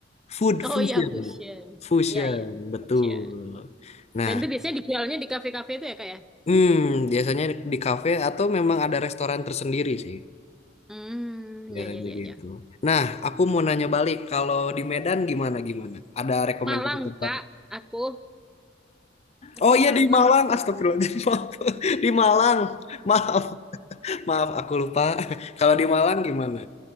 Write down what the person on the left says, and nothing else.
food
fusion,
fusion,
betul.
Nah,
Hmm, biasanya di kafe atau memang ada restoran tersendiri sih,
biasanya
gitu. Nah, aku mau nanya balik, kalau di Medan gimana gimana? Ada rekomendasi
tempat?
Oh iya
di Malang, astagfirullahaladzim, <laughs> maaf. di Malang, maaf, maaf, aku lupa. <laughs> Kalau di Malang gimana?